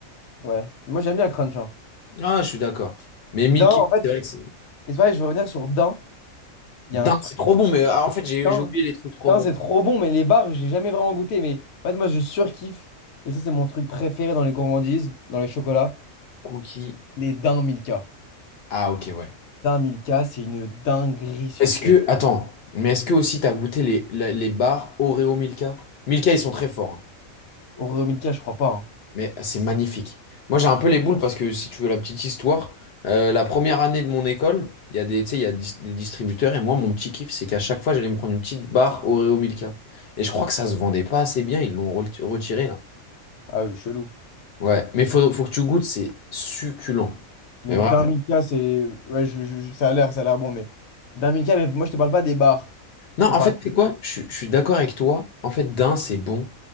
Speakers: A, on the left; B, on the left.
A: Ouais. Moi, j'aime bien Crunch. hein.
B: Ah, je suis d'accord. Mais
A: Dain,
B: 1000 kilos,
A: en fait,
B: c'est vrai que c'est.
A: et c'est pareil, je veux revenir sur Dain. Il
B: Dingue,
A: y a un truc.
B: c'est trop bon. Mais ah, en fait, j'ai
A: Dain,
B: j'ai oublié les trucs trop
A: Dain,
B: bons.
A: c'est trop bon, mais les bars, j'ai jamais vraiment goûté. Mais en fait, moi, je surkiffe. Et ça, c'est mon truc préféré dans les gourmandises, dans les chocolats.
B: Cookies.
A: Les Dain Milka.
B: Ah, ok, ouais.
A: Dain Milka, c'est une dinguerie sur
B: Est-ce que.
A: terre.
B: Attends. Mais est-ce que aussi, t'as goûté les, la- les, barres Oreo Milka? Milka, ils sont très forts. hein.
A: Oreo Milka, je crois pas. hein.
B: Mais c'est magnifique. Moi, j'ai un peu les boules parce que si tu veux la petite histoire, euh, la première année de mon école, il y a des, tu sais, il y a dis- des distributeurs et moi, mon petit kiff, c'est qu'à chaque fois, j'allais me prendre une petite barre Oreo Milka. Et je crois que ça se vendait pas assez bien, ils l'ont re- retiré là.
A: Ah oui, chelou.
B: Ouais, mais faut, faut que tu goûtes, c'est succulent.
A: Mais
B: Mais vraiment.
A: d'un Milka, c'est. Ouais, je- je- je- ça a l'air, ça a l'air bon, mais. D'un Milka, mais moi, je te parle pas des bars.
B: Non,
A: Je
B: en
A: te parle.
B: fait, c'est quoi? Je, suis je suis d'accord avec toi. En fait, d'un, c'est bon,